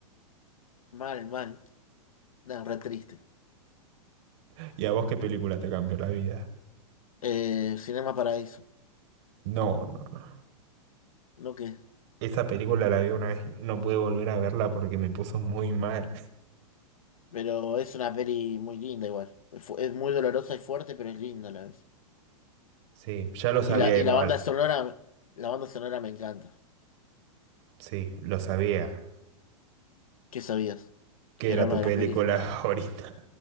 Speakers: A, on the left; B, on the right.
A: Mal, mal, nada, re triste.
B: <laughs> ¿Y a vos qué película te cambió la vida?
A: Eh, Cinema Paraíso,
B: No, no.
A: no qué,
B: Esa película la vi una vez, no pude volver a verla porque me puso muy mal. <laughs>
A: pero es una peli muy linda igual. Es, fu- es muy dolorosa y fuerte, pero es linda a la vez.
B: Sí, ya lo sabía
A: Y la, y
B: igual.
A: la banda sonora, la banda sonora me encanta.
B: Sí, lo sabía.
A: ¿Qué sabías?
B: Que
A: Que
B: era
A: era una
B: tu
A: de
B: película
A: las pelis.
B: <laughs> favorita.